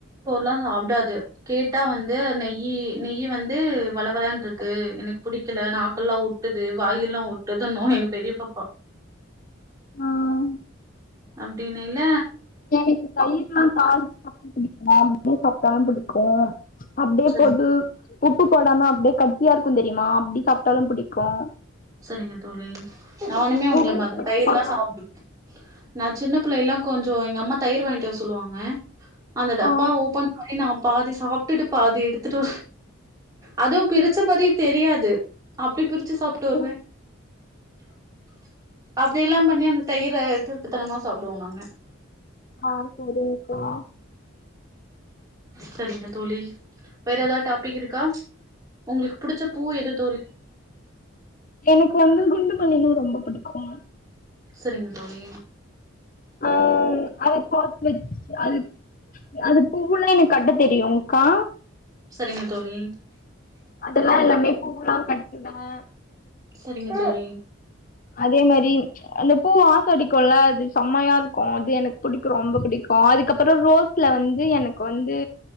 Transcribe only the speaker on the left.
ஆஹ்
எனக்கு தயிர்லாம் சாப் அப்படியே சாப்பிட்டா தான் பிடிக்கும் அப்படியே
போட்டு உப் உப்பு போடாம அப்படியே கட்டியா இருக்கும் தெரியுமா அப்படி சாப்பிட்டா தான் பிடிக்கும்
உங்களுக்கு
பிடிக்குமா
கா
ஆ
உ
ஆஹ் சரிங்க்ககா
எனக்கு வந்து குண்டுமல்லின்னா ரொம்ப பிடிக்கும்
அஹ் அது <unintelligible> அது அது பூலாம் எனக்கு கட்ட தெரியும்க்கா
அதெல்லாம் எல்லாமே பூல்லாம் க அதான்
அதே மாரி அந்த பூ வாசோ அடிக்கும்ல அது செம்மையா க்கும் அது எனக்கு பிடிக்கூ ரொம்ப பிடிக்கூ க்கும் அதுக்கப்பறோ ரோஸ்ல வந்து எனக்கு வந்து